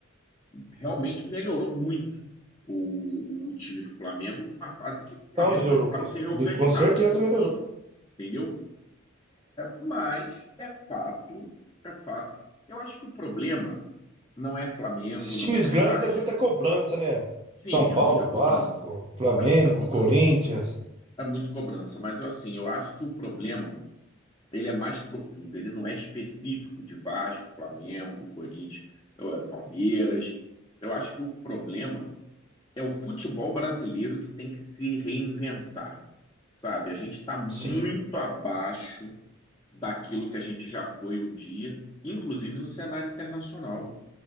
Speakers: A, on the left; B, on the right.
A: realmente melhorou muito o, o time do Flamengo numa fase em que o Flamengo
B: Não, melhorou.
A: precisava
B: Com,
A: se reorganizar,
B: com certeza
A: se reunir,
B: melhorou.
A: entendeu? Mas é fato, é fato. Eu acho que o problema não é Flamengo,
B: Esses
A: não
B: times
A: é
B: grandes
A: Vasco.
B: é muita cobrança, né?
A: Sim,
B: São Paulo,
A: é muita cobrança.
B: Vasco, Flamengo,
A: É muita cobrança.
B: Corinthians.
A: É muito cobrança, mas assim, eu acho que o problema, ele é mais profundo, ele não é específico de Vasco, Flamengo, Corinthians, eu- é Palmeiras. Eu acho que o problema é o futebol brasileiro que tem que se reinventar, sabe? A gente está muito
B: Sim,
A: abaixo daquilo que a gente já foi um dia, inclusive no cenário internacional.